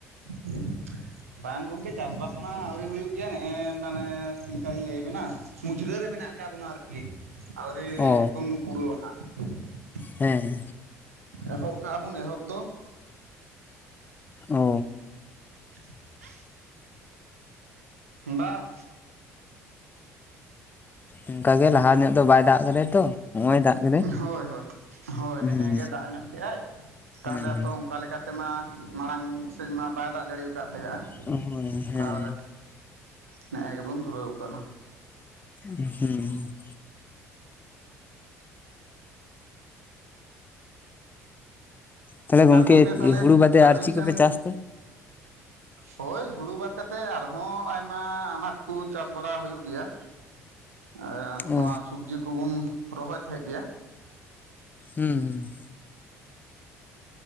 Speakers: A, on the right; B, on the left.
A: <inaudible> ᱵᱟᱝ ᱜᱚᱝᱠᱮ ᱪᱟᱥ ᱵᱟᱥ ᱢᱟ ᱟᱹᱣᱨᱤ ᱦᱩᱭᱩᱜ ᱜᱮᱭᱟ, ᱱᱮᱜᱼᱮ ᱢᱟᱱᱮ ᱪᱤᱞᱠᱟᱞᱤᱧ ᱞᱟᱹᱭ ᱟᱵᱮᱱᱟ? ᱩᱡᱽᱨᱟᱹ ᱨᱮ ᱢᱮᱱᱟᱜ ᱠᱟᱜ ᱵᱚᱱᱟ ᱟᱨᱠᱤ ᱟᱹᱣᱨᱤ
B: ᱚ
A: ᱵᱚᱱ ᱯᱩᱨᱟᱹᱣ-ᱟ ᱦᱟᱸᱜ ᱾
B: ᱦᱮᱸ ᱾
A: ᱮᱦᱚᱵ ᱠᱟᱜ-ᱟ ᱵᱚᱱ ᱮᱦᱚᱵ ᱫᱚ ᱾
B: ᱚ᱾
A: <inaudible> ᱵᱟ᱾
B: ᱚᱱᱠᱟ ᱜᱮ ᱞᱟᱦᱟ ᱧᱚᱜ ᱫᱚ ᱵᱟᱭ ᱫᱟᱜ ᱠᱟᱫᱟᱭ ᱛᱚ᱾ ᱱᱚᱜᱼᱚᱭ ᱫᱟᱜ ᱠᱮᱫᱟᱭ
A: ᱦᱳᱭ ᱦᱳᱭ ᱦᱳᱭ
B: ᱦᱩᱸ
A: ᱱᱮ-ᱮ ᱜᱮ ᱫᱟᱜ ᱧᱚᱜ ᱠᱮ-ᱟᱭ ᱛᱟᱦᱚᱞᱮ
B: ᱦᱩᱸ
A: ᱛᱚ ᱚᱱᱠᱟ ᱞᱮᱠ ᱪᱤᱠᱟᱛᱮ ᱢᱟ ᱢᱟᱲᱟᱝ ᱥᱮᱫ ᱢᱟ ᱵᱟᱭ ᱫᱟᱜ ᱡᱟᱲᱣᱠᱟᱫ ᱛᱟᱦᱮᱸᱫᱼᱟ᱾
B: ᱦᱳᱭ ᱦᱮᱸ
A: ᱛᱟᱦᱚᱞᱮ ᱱᱮ-ᱮ ᱜᱮᱵᱚᱢ ᱫᱷᱩᱨᱟᱹᱣ ᱟᱠᱟᱱᱟ᱾
B: ᱦᱩᱸ᱾ ᱛᱟᱦᱚᱞᱮ
A: ᱟᱨ ᱜᱚᱝᱠᱮ ᱛᱟᱦᱚᱞᱮ
B: ᱦᱩᱲᱩ ᱵᱟᱫᱮ
A: ᱟᱹᱵᱤᱱ
B: ᱟᱨ ᱪᱮᱫ
A: ᱥᱮᱱ
B: ᱠᱚᱯᱮ ᱪᱟᱥ ᱛᱮ
A: ᱦᱳᱭ ᱦᱩᱲᱩ ᱵᱟᱫ ᱠᱟᱛᱮᱫ ᱟᱨᱦᱚᱸ ᱟᱭᱢᱟ ᱟᱱᱟᱴ ᱠᱩ ᱪᱟᱥ ᱵᱟᱲᱟ ᱦᱩᱭᱩᱜ ᱜᱮᱭᱟ᱾ ᱮᱫ ᱱᱚᱣᱟ
B: ᱚ
A: ᱥᱚᱵᱽᱡᱤ ᱠᱚᱵᱩᱱ ᱨᱚᱦᱚᱭ ᱛᱟᱦᱮᱸᱫ ᱜᱮᱭᱟ᱾
B: ᱦᱩᱸ ᱦᱩᱸ᱾